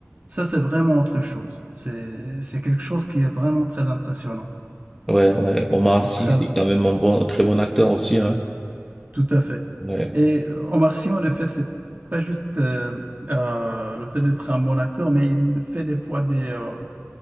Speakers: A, on the right; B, in the centre.
A: ça c'est vraiment autre chose. C'est c'est quelque chose qui est vraiment très impressionnant.
B: Ouais, ouais, Omar
A: Donc
B: Sy,
A: ça,
B: c'est quand même un bon, un très bon acteur aussi, hein.
A: Tout à fait.
B: Ouais.
A: Et euh, Omar Sy, en effet, c'est pas juste euh, euh, le fait d'être un bon acteur, mais il fait des fois des. euh,